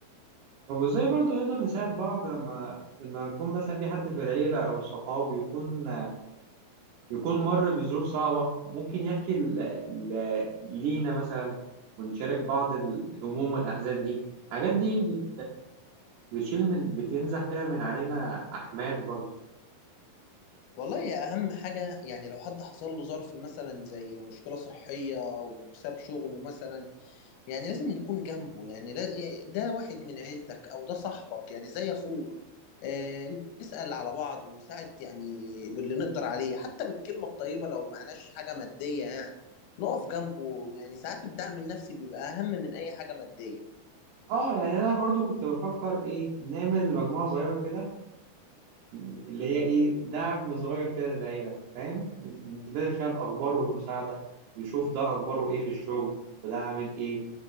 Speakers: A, on the right; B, on the left.
A: طب وازاي برضو نقدر نساعد بعض لما لما يكون مثلا في حد في العيلة أو الصحاب يكون يكون مر بظروف صعبة ممكن يحكي ل... ل... لينا مثلا ونشارك بعض الهموم والأحزان دي الحاجات دي بت... بتشيل من بتنزح كده من علينا أحمال برضو
B: والله يا اهم حاجه يعني لو حد حصل له ظرف مثلا زي مشكله صحيه او ساب شغله مثلا يعني لازم نكون جنبه يعني لا- إيه، ده واحد من عيلتك او ده صاحبك يعني زي اخوك آه، نسأل على بعض ونساعد يعني باللي نقدر عليه حتى بالكلمة الطيبة لو معناش حاجة مادية يعني نقف جنبه يعني ساعات الدعم النفسي بيبقى أهم من أي حاجة مادية
A: اه يعني أنا برضو كنت بفكر إيه نعمل مجموعة صغيرة كده اللي هي ايه دعم صغير كده للعيلة فاهم نتبادل فيها الأخبار والمساعدة يشوف ده أخباره ايه في الشغل وده عامل ايه